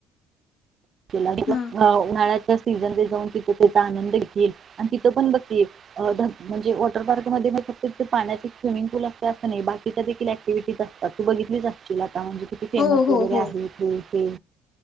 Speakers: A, on the right; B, on the left.
A: केला की
B: हा
A: मग उन्हाळ्याच्या सीजन ते जाऊन तिथ त्याचा आनंद घेतील आणि तिथं पण बघ की म्हणजे वॉटर पार्क मध्ये फक्त तिथ पाण्याची स्विमिंग पूल असतय असं नाही बाकीच्या देखील ऍक्टिव्हिटीज असतात तू बघितलीच असशील आता आता म्हणजे किती फेमस
B: हो
A: वगैरे
B: हो हो
A: आहे ते?